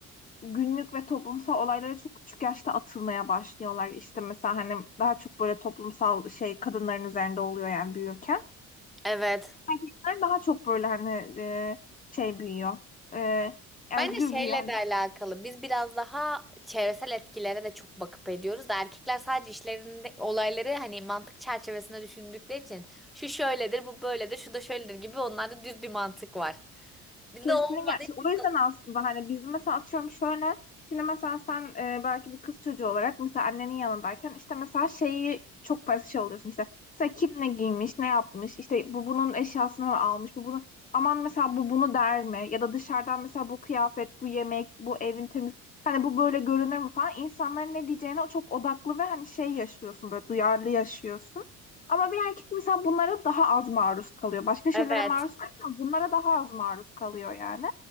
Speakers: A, on the left; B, in the centre.
A: günlük ve toplumsal olaylara çok küçük yaşta atılmaya başlıyorlar. İşte mesela hani daha çok böyle toplumsal şey kadınların üzerinde oluyor yani büyürken.
B: Evet.
A: Erkekler daha çok böyle hani e, şey büyüyor. E,
B: Bence
A: özgür
B: şeyle
A: büyüyor. Hani
B: de alakalı. Biz biraz daha çevresel etkilere de çok bakıp ediyoruz da erkekler sadece işlerinde olayları hani mantık çerçevesinde düşündükleri için şu şöyledir, bu böyledir, şu da şöyledir gibi onlarda düz bir mantık var. Bizde
A: Kesinlikle.
B: olmadığı
A: İşte
B: için
A: O yüzden
B: sanırım.
A: aslında hani biz mesela atıyorum şöyle şimdi mesela sen e, belki bir kız çocuğu olarak mesela annenin yanındayken işte mesela şeyi çok fazla şey oluyorsun işte mesela kim ne giymiş ne yapmış işte bu bunun eşyasını mı almış bu bunu aman mesela bu bunu der mi ya da dışarıdan mesela bu kıyafet bu yemek bu evin temiz hani bu böyle görünür mü falan insanların ne diyeceğine çok odaklı ve hani şey yaşıyorsun böyle duyarlı yaşıyorsun. Ama bir erkek mesela bunlara daha az maruz kalıyor. Başka şeylere
B: Evet.
A: maruz kalıyor ama bunlara daha az maruz kalıyor yani.